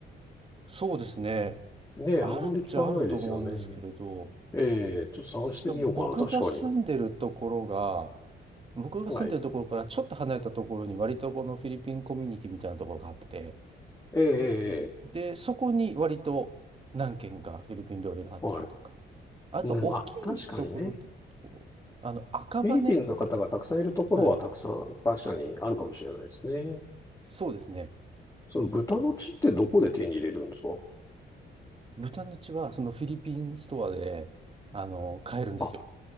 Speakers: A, on the right (about 30°); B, on the left (about 15°).
A: そうですね。
B: ねえ、
A: あるっちゃあると思うんですけれど、
B: あんまり聞かないですよね。ええ、ちょっと探してみようかな。
A: でも僕が住んでるところが、
B: 確かに。
A: 僕が住んでるところからちょっと離れたところに割とこのフィリピンコミュニティみたいなところがあって、
B: はい。ええ、ええ、ええ
A: で、そこに割と何軒かフィリピン料理があったりとか、
B: はい。
A: あと大きいところで、
B: うん、あ、確かにね。
A: こうあの赤羽、
B: フィリピンの方がたくさんいるところはたくさん確かにあるかもしれないですね。
A: はい、そうですね。
B: その豚の血ってどこで手に入れるんですか
A: 豚の血はそのフィリピンストアで、あの、買えるんですよ。
B: あ、